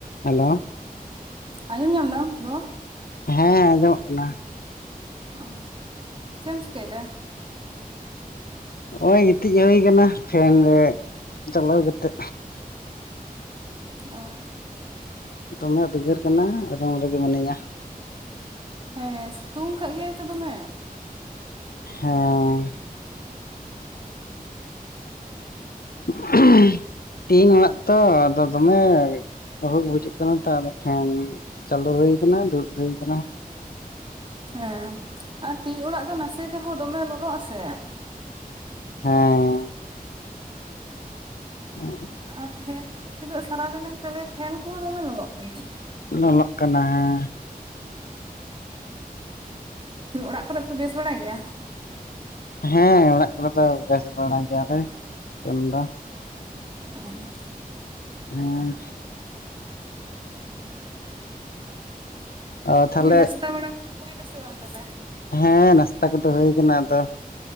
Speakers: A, on the left; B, on the right.
A: Hello.
B: ᱟᱸᱡᱚᱢ ᱧᱟᱢ ᱫᱟᱢ ᱨᱚᱲ‍‌?
A: ᱦᱮᱸ ᱟᱸᱡᱚᱢᱚᱜ ᱠᱟᱱᱟ᱾
B: ᱚ ᱪᱮᱜ ᱮᱢ ᱪᱤᱠᱟᱹᱭᱫᱟ?
A: ᱱᱚᱜ-ᱚᱭ ᱜᱤᱛᱤᱡ ᱦᱳᱭ ᱠᱟᱱᱟ ᱯᱷᱮᱱ ᱨᱮ ᱪᱟᱞᱟᱣ ᱠᱟᱛᱮ᱾
B: ᱚ
A: ᱫᱚᱢᱮ ᱩᱫᱽᱜᱟᱹᱨ ᱠᱟᱱᱟ ᱨᱩᱢ ᱨᱮᱜᱮ ᱢᱤᱱᱟᱹᱧᱟ᱾
B: ᱦᱮᱸ ᱥᱤᱛᱩᱝ ᱠᱟᱜ ᱜᱮᱭᱟᱭ ᱛᱚ ᱫᱚᱢᱮ᱾
A: ᱦᱮᱸᱻ <unintelligible> ᱴᱤᱱ ᱚᱲᱟᱜ ᱛᱚ ᱟᱫᱚ ᱫᱚᱢᱮ ᱟᱹᱣᱦᱟᱹ ᱜᱮ ᱵᱩᱡᱷᱟᱹᱜ ᱠᱟᱱᱟ ᱛᱚ ᱟᱫᱚ ᱯᱷᱮᱱ ᱪᱟᱹᱞᱩ ᱦᱩᱭ ᱠᱟᱱᱟ ᱫᱩᱲᱩᱵ ᱦᱩᱭ ᱠᱟᱱᱟ᱾
B: ᱦᱮᱸ ᱟᱨ ᱴᱤᱝ ᱚᱲᱟᱜ ᱫᱚ ᱱᱟᱥᱮ ᱛᱮᱦᱚᱸ ᱫᱚᱢᱮ ᱞᱚᱞᱚᱜ ᱟᱥᱮ᱾
A: ᱦᱮᱸ᱾ <inaudible>
B: ᱟᱨ ᱯᱷᱮᱱ ᱠᱚᱦᱚᱸ ᱛᱤᱱᱟᱹᱜ ᱥᱟᱨᱟᱫᱤᱱᱮᱢ ᱪᱟᱹᱞᱩᱭᱟ ᱯᱷᱮᱱ ᱠᱚᱦᱚᱸ ᱫᱚᱢᱮ ᱞᱚᱞᱚᱜ ᱠᱟᱱᱟ᱾
A: ᱞᱚᱞᱚᱜ ᱠᱟᱱᱟ ᱦᱮᱸ᱾
B: ᱚᱲᱟᱜ ᱠᱚᱨᱮ ᱯᱮ ᱵᱮᱥ ᱵᱟᱲᱟ ᱜᱮᱭᱟ‌?
A: ᱦᱮᱸ ᱚᱲᱟᱜ ᱠᱚᱨᱮ ᱫᱚ ᱵᱮᱥ ᱵᱟᱲᱟ ᱜᱮᱭᱟᱞᱮ ᱱᱤᱛᱚᱝ ᱫᱚ᱾
B: ᱟᱸ᱾
A: ᱦᱮᱸ᱾ ᱚ ᱛᱟᱦᱚᱞᱮ
B: ᱫᱤᱭᱮ ᱱᱟᱥᱛᱟ ᱵᱟᱲᱟ ᱠᱚᱫᱚ ᱦᱩᱭᱱᱟ ᱥᱮ ᱵᱟᱝ ᱛᱟᱦᱚᱞᱮ?
A: ᱦᱮᱸ ᱱᱟᱥᱛᱟ ᱠᱚᱫᱚ ᱦᱩᱭ ᱠᱟᱱᱟ ᱟᱫᱚ